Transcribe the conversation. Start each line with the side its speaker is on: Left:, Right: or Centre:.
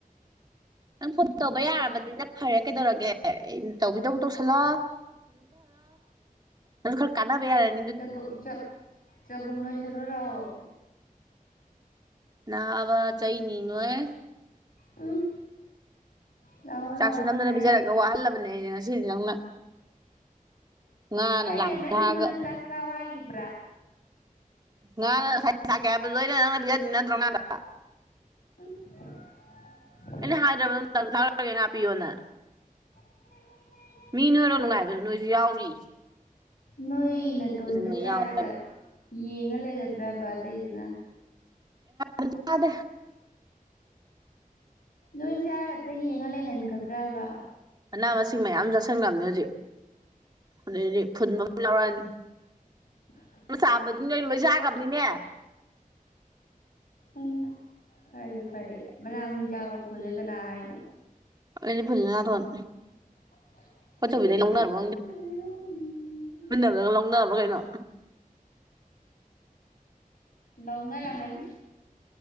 Right: ꯅꯪ ꯐꯣꯟ ꯇꯧꯕ ꯌꯥꯔꯕꯅꯤ ꯅ ꯐꯔꯦ ꯀꯩꯗꯧꯔꯒꯦ ꯑꯩꯅ ꯇꯧꯕꯤꯗꯧ ꯇꯧꯁꯤꯜꯂꯣ ꯑꯟꯏꯟꯇꯦꯜꯂꯤꯖꯦꯕꯜ
Left: ꯆꯒꯨ ꯆꯛ ꯆꯒꯨꯝ ꯂꯣꯏꯁꯜꯂꯨ ꯔꯥꯎꯋꯣ
Right: ꯅꯥꯕ ꯆꯩꯅꯤꯅꯣꯍꯦ꯫
Left: ꯎꯝ꯫ ꯂꯥꯛꯑꯣ
Right: ꯆꯥꯛꯁꯨ
Left: ꯂꯥꯛꯑꯣ
Right: ꯅꯝꯗꯅ
Left: ꯉꯥꯏꯔꯦ
Right: ꯄꯤꯖꯔꯒ ꯋꯥꯍꯜꯂꯕꯅꯦ ꯉꯁꯤꯗꯤ ꯅꯪꯅ꯫ ꯉꯥꯅ
Left: ꯑꯩꯅ
Right: ꯂꯥꯡꯊꯥꯒ
Left: ꯅꯪꯉꯣꯟꯗ ꯆꯥꯛ ꯆ ꯥꯎ ꯍꯥꯏꯒꯤꯕ꯭ꯔꯥ꯫
Right: ꯉꯥꯅ ꯉꯁꯥꯏ ꯁꯥꯀꯦ ꯍꯥꯏꯕ ꯅꯣꯏꯅ ꯅꯪꯅ ꯄꯤꯖꯗꯤ ꯅꯠꯇ꯭ꯔꯣ ꯉꯥꯗꯣ꯫
Left: ꯎꯝ꯫
Right: ꯑꯟꯏꯟꯇꯦꯜꯂꯤꯖꯦꯕꯜ
Left: ꯑꯟꯏꯟꯇꯦꯜꯂꯤꯖꯦꯕꯜ
Right: ꯃꯤ ꯅꯣꯏꯔ ꯅꯨꯡꯉꯥꯏꯕꯁꯨ ꯅꯣꯏꯁꯨ ꯌꯥꯎꯔꯤꯌꯦ
Left: ꯅꯣꯏ ꯅꯥꯇꯣꯟꯇ
Right: ꯅꯣꯏ
Left: ꯆꯥꯔꯒ
Right: ꯌꯥꯎꯔꯤ
Left: ꯌꯦꯡꯉ ꯂꯩꯒꯗ꯭ꯔꯕ ꯑꯇꯩꯗꯅ
Right: ꯑꯟꯏꯟꯇꯦꯜꯂꯤꯖꯦꯕꯜ
Left: ꯅꯣꯏꯁꯦ ꯍꯛꯇ ꯌꯦꯡꯉ ꯂꯩꯍꯟꯒꯗ꯭ꯔꯕ
Right: ꯃꯅꯥ ꯃꯁꯤꯡ ꯃꯌꯥꯝ ꯆꯥꯁꯤꯟꯈꯕꯅꯤ ꯍꯧꯖꯤꯛ ꯑꯗꯩꯗꯤ ꯐꯨꯟꯕ ꯑꯃ ꯂꯧꯔꯛꯑꯅꯤ
Left: ꯏꯟꯑꯣꯗꯤꯕꯜ
Right: ꯁꯥꯥꯝꯕꯗꯨ ꯅꯣꯏ ꯂꯣꯏ ꯆꯥꯒ꯭ꯕꯅꯤꯅꯦ
Left: ꯎꯝ ꯐꯔꯦ ꯐꯔꯦ ꯃꯅꯥ ꯃꯁꯤꯡ ꯆꯥꯕ ꯐꯨꯜꯂꯦ ꯀꯅꯥ ꯍꯥꯏꯅꯣ꯫
Right: ꯑꯩꯗꯤ ꯐꯨꯜꯂꯦ ꯅꯥꯇꯣꯟ꯫
Left: ꯑꯟꯏꯟꯇꯦꯜꯂꯤꯖꯦꯕꯜ
Right: ꯈꯣꯏꯆꯧꯕꯤꯗꯩ ꯂꯧꯅꯔꯕ ꯗꯨꯗꯒ ꯂꯧꯅꯕ꯭ꯔꯥ ꯀꯩꯅꯣ
Left: ꯂꯧꯅꯔꯝꯃꯅꯤ꯫